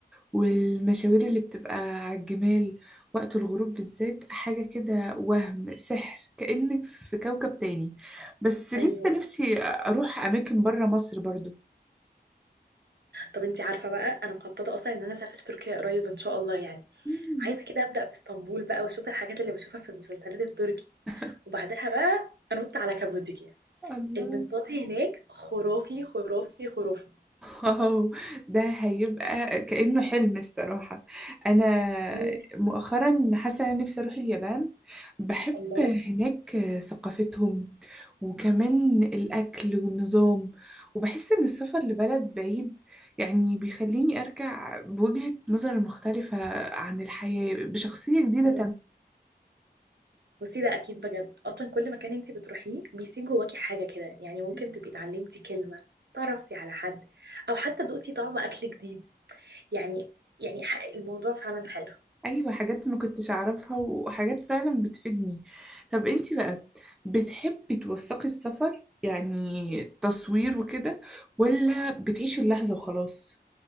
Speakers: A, in the centre; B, on the right.
A: والمشاوير اللي بتبقى على الجمال وقت الغروب بالذات حاجة كده وهم سحر كأنك في كوكب تاني بس لسه
B: ايوه
A: نفسي أروح أماكن برا مصر برضو
B: طب انتي عارفه بقى انا مخططه اصلا ان انا اسافر تركيا قريب ان شاء الله يعني
A: مم.
B: عايزه كده ابدا باسطنبول بقى واشوف الحاجات اللي بشوفها في المسلسلات التركي
A: <laughs>
B: وبعدها بقى انط على كابوديكيا
A: الله
B: المنطاد هناك خرافي خرافي خرافي
A: واو ده هيبقى كأنه حلم الصراحة أنا
B: مم.
A: مؤخرا حاسة إن أنا نفسي أروح اليابان بحب
B: الله
A: هناك ثقافتهم وكمان الأكل والنظام وبحس إن السفر لبلد بعيد يعني بيخليني أرجع بوجهة نظر مختلفة عن الحياة بشخصية جديدة
B: مم. بصي ده اكيد بجد اصلا كل مكان انت بتروحيه بيسيب جواكي حاجه كده يعني ممكن
A: تماما
B: تبقي اتعلمتي كلمه تعرفتي على حد او حتى دقتي طعم اكل جديد يعني يعني ح- الموضوع فعلا حلو
A: ايوه حاجات ما كنتش اعرفها وحاجات فعلا بتفيدني طب انتي بقى بتحبي توثقي السفر يعني تصوير وكده ولا بتعيشي اللحظة وخلاص